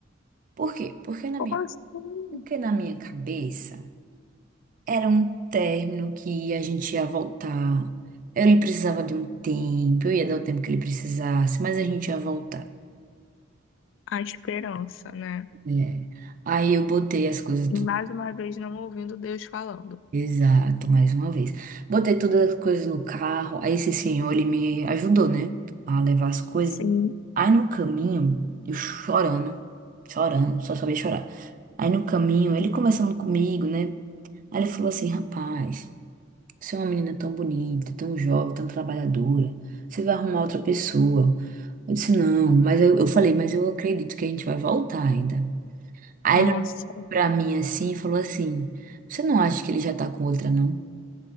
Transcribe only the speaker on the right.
Por quê? Porque na
minha,
porque na minha cabeça era um término que a gente ia voltar. Ele precisava de um tempo, eu ia dar o tempo que ele precisasse, mas a gente ia voltar.
né? Aí eu botei as coisas tudo.
Exato, mais uma vez. Botei todas as coisas no carro. Aí esse senhor, ele me ajudou, né? A levar as coisas.
Aí no caminho, eu chorando, chorando, só sabia chorar. Aí no caminho, ele conversando comigo, né? Aí ele falou assim: rapaz, você é uma menina tão bonita, tão jovem, tão trabalhadora. Você vai arrumar outra pessoa. Eu disse: não, mas eu, eu falei, mas eu acredito que a gente vai voltar ainda. Aí
ele olhou pra mim assim e falou assim: você não acha que ele já tá com outra, não?